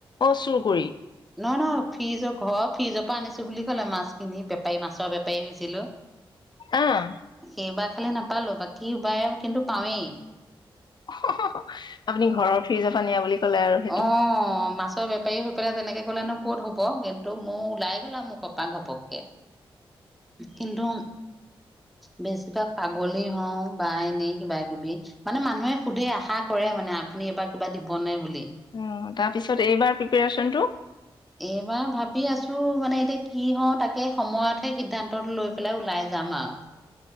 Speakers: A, on the left; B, in the centre.
A: অ চুৰ কৰি
B: ন-ন ফ্ৰিজ ঘৰ ফ্ৰিজৰ পৰা আনিছো বুলি কলে মাছখিনি বেপাৰী মাছৰ বেপাৰী আহিছিলো।
A: আহ
B: সেইবাৰ খালি নাপালো ব বাকি কি বায় কিন্তু পাওঁয়ে
A: অহ হহ আপুনি ঘৰৰ ফ্ৰিজৰ পৰা নিয়া বুলি ক'লে আৰু সেইটো
B: অ মাছৰ বেপাৰী হৈ পেলাই তেনেকে গলেনো ক'ত হ'ব কিন্তু মোৰ ওলাই গ'লা মুখৰপা ঘপককে কিন্তু বেছিভাগ পাগলী হওঁ বা এনেই কিবা কিবি মানে মানুহে সুধে আশা কৰে মানে আপুনি এইবাৰ কিবা দিবনে বুলি।
A: অ তাৰপিছত এইবাৰ প্ৰিপৰেচনটো
B: এইবাৰ ভাবি আছো মানে এতিয়া কি হওঁ তাকে ‍সময়তহে সিদ্ধান্ত লৈ পেলাই ওলাই যাম আও